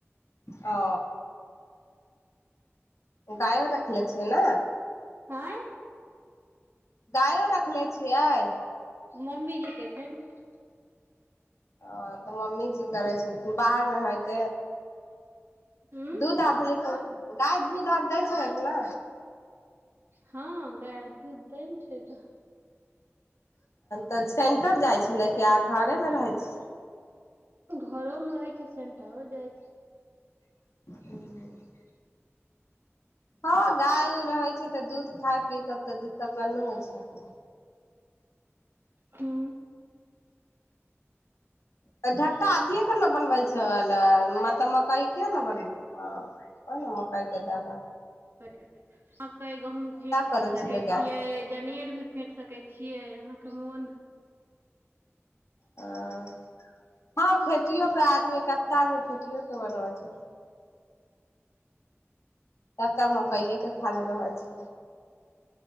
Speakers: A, on the left; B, on the right.
A: ओ गायो रखलें छिय ने
B: आँ
A: गायो रखले छियै
B: मम्मीजी के छै ने
A: ह तऽ मम्मी जी करै छल बाहर मे हयत
B: उं
A: दूध आधै गाय दूध आर दै छलै ल
B: हँ गाय दूध दै ने छै तऽ
A: तऽ सेंटर जाइ छलै क्य घरे मे रहै छी
B: घरोमे रहै छै सेंटरो जाइ छै
A: <inaudible> हँ गाय उऊ रहै छै तऽ दूध खाय पी कतेक दिक्कत आ नहि होइ छै अपने
B: हू
A: तऽ ढक्का अथिए के ने बनबल छैल मतलब मकइ के ने बने हँ ओ ने मकइके दबा
B: <unintelligible> कई गहूॅंम फेट
A: करै
B: भी सकै
A: छलै गाय
B: छियै जनेर भी फेंट सकै छियै अहाँ कमन
A: ह हँ फेटियो क आदमी कत आदम फेटियओके बन छै तब तब मकइएके खाली रहै छै